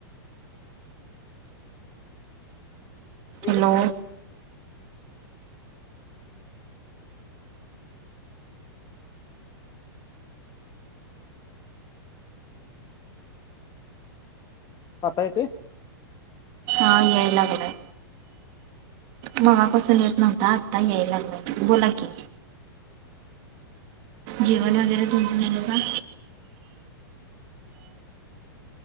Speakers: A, on the right; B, on the left.
A: हॅलो!
B: एकच मिनिट आता येतोय?
A: हा याय लागलाय. मगा पासून येत नव्हता आत्ता यायला लागला य बोला की. जेवण वगैरे तुमचं झाल का?